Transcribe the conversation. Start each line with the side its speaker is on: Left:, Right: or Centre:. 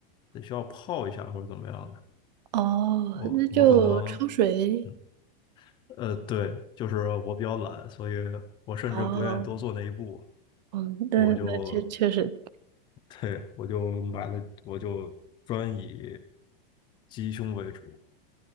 Left: 得需要泡一下或者怎么样的。
Right: 哦，
Left: 我我可能，
Right: 那就焯水。
Left: 嗯呃，对，就是我比较懒，所以我甚至不愿意多做那一步，
Right: 哦，嗯，那那确确实，
Left: 我就，对，我就买了，我就专以鸡胸为主，